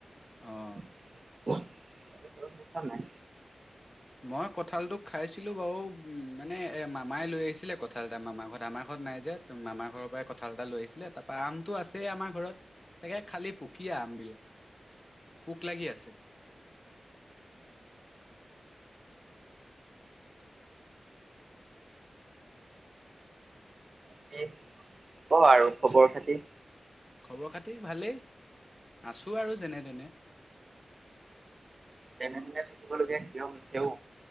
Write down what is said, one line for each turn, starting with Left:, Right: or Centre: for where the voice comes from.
Left: অ'।
Right: তই খাইছোঁ নে নাই?
Left: মই কঁঠাল টোক খাইছিলোঁ বাৰু মানে এই মামাই লৈ আহিছিলে কঠ কঁঠাল এটা মামাৰ ঘৰত আমাৰ ঘৰত নাই যে তোৰ মামাৰ ঘৰৰ পৰা ক কঁঠাল এটা লৈ আহিছিলে। তাৰ পৰা আমটো আছে আমাৰ ঘৰত, তাকে খালি পুকীয়া আম বিলাক। পোক লাগি আছে।
Right: কি ক'ৰ আৰু খবৰ খাতি?
Left: খবৰ খাতি ভালেই আছোঁ আৰু যেনে তেনে।
Right: যেনে তেনে থাকিব লাগিয়া কিয় হৈছে ঔ।